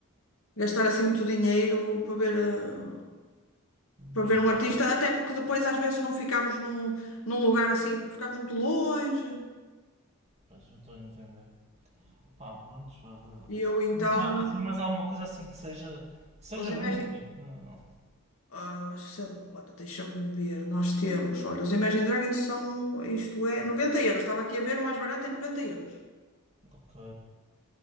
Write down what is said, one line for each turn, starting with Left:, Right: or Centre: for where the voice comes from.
Left: gastar assim muito dinheiro para ver. eh, para
Right: Pois,
Left: ver um artista, até porque depois às vezes não ficamos num, num lugar assim, ficamos muito longe.
Right: pois eu estou a entender. Pá, pronto. já-
Left: E eu então,
Right: Mas há há assim mais alguma coisa assim que seja, que seja
Left: os
Right: única.
Left: Imagine,
Right: Não.
Left: ah, sei lá, olha, deixa-me ver, nós temos, olha, os Imagine Dragons são, isto é, 90 euros, estava aqui a ver, o mais barato é noventa euros.
Right: Ok.